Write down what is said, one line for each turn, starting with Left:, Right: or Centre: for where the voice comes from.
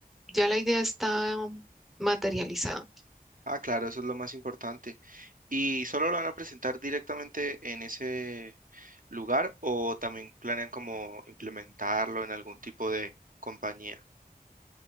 Centre: ya la idea está materializada.
Right: Ah, claro, eso es lo más importante. ¿Y solo lo van a presentar directamente en ese lugar o también planean como implementarlo en algún tipo de compañía?